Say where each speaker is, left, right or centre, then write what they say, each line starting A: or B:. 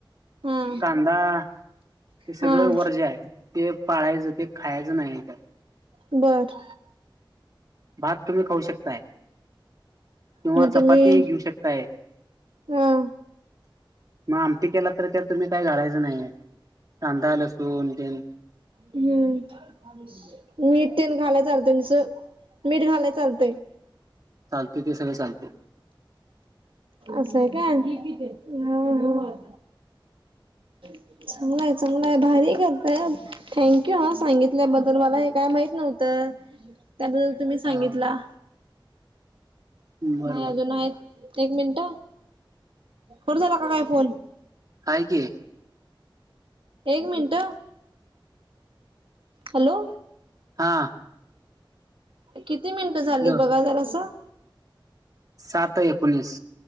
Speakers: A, on the right; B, on the right.
A: हा
B: कांदा हे सगळं
A: हा
B: वर्ज्य आहे. ते पाळायचं ते खायचं नाही तर
A: बरं.
B: भात तुम्ही खाऊ शकताय. किंवा
A: मग
B: चपातीही
A: तुम्ही
B: घेऊ शकताय.
A: हा
B: मग आमटी केला तरी त्यात तुम्ही काय घालायचं नाहीये कांदा, लसू सून तेन
A: हम्म. मीठ, तेल घालायला चालत निस, मीठ घालाय चालतंय.
B: चालते ते सगळं चालतो.
A: असंय का? हं हं. <inaudible> चागलंय- चागलंय भारी करताय हं थँक यु हं सांगितल्या बद्दल मला हे काय माहित नव्ह त तर तुम्ही सांगितला.
B: हा बरोबर
A: नाही अजून आहेत एक मिनिट, कट झाला का काय फोन?
B: हाय कि
A: एक मिनट, हॅलो.
B: हा.
A: किती मिनिटं
B: हॅलो
A: झालीत बघा जरासं?
B: सात एकोणीस